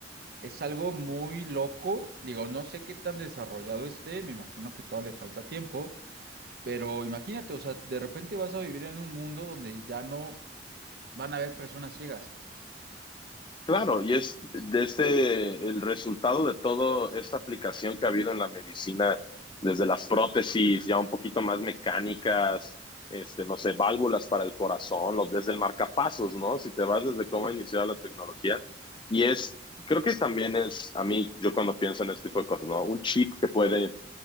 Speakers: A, on the right; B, on the left.
A: es algo muy loco. Digo, no sé qué tan desarrollado esté, me imagino que todavía le falta tiempo. Pero imagínate, o sea, de repente vas a vivir en un mundo donde ya no van a haber personas ciegas.
B: Claro, y es desde el resultado de toda esta aplicación que ha habido en la medicina, desde las prótesis ya un poquito más mecánicas, este, no sé, válvulas para el corazón, los, desde el marcapasos, ¿no? Si te vas desde cómo ha iniciado la tecnología. Y es, creo que también es, a mí, yo cuando pienso en este tipo de cosas, ¿no? Un chip que puede